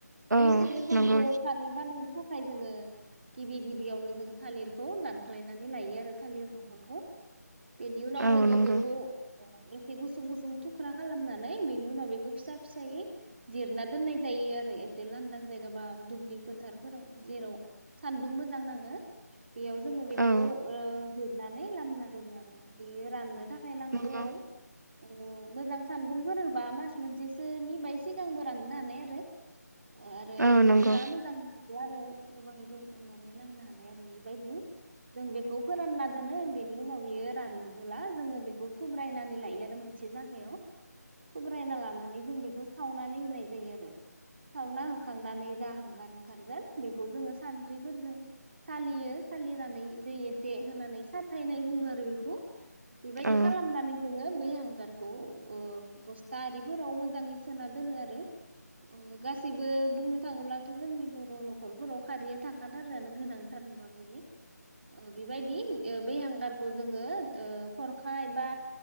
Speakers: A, on the right; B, on the right.
A: औ
B: बै थालिर फांखौ
A: नंगौ
B: खारै बानायनो थाखाय जोङो गिबि गिबियावनो जों थालिरखौ दानख्लायनानै लायो आरो थालिर दंफांखौ। बेनि उनाव
A: औ
B: जोङो
A: नंगौ
B: बेखौ एसे गुसुं गु थसुं थुख्रा खालामनानै, बेनि उनाव बेखौ फिसा फिसायै जिरना दोननाय जायो आरो एसे लांदां जायगा बा दुब्लि फोथारफोराव जेराव सानदुं मोजां नाङो। बेयाव जोङो बेखौ
A: औ
B: ओ नानै लामना दोनो आरो। बेयो राननो था खाय नांगौ
A: नंगौ
B: अ मोजां सानदुंफोर होबा मास मोनसेसोनि बाय सिगांबो राननो हानाय आरो अ आरो
A: औ
B: बोथोरा
A: नंगौ
B: मोजां नङा आरो गोबां दिन होनानै नांनो हानाय आरो बे बेबायदि जों बेखौ फोरानना दोनो बेनि उनाव बियो रानबोला जोङो बेखौ थुब्रायनानै लायो आरो मोन से जागायाव थुब्रायना लानानै जों बेखौ सावनानै होनाय जायो आरो सावना होखांनानै जा हांगार ओंखारगोन बेखौ जोङो सानद्रिफोरजों सालियो सालिनानै दै एसे होनानै साथायनाय बुङो आरो बेखौ बेबायदि
A: औ
B: खालामनानै जोङो बै हांगार खौ ओ बस्था आरिफोराव मोजाङै सोना दोनो आरो ओ गासैबो बुंनो थाङोब्लाथ' जोंनि बर' न'खरफोराव खारैया थाखाथारोआानो गोनांथार मुवा बेनो ओ बेबायदि बे हांगारखौ जोङो ओ खरखाय एबा